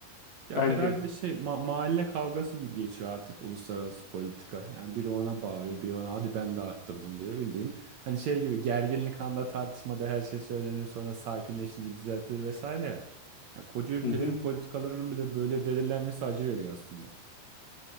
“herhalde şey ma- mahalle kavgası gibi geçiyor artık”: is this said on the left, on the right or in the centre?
Right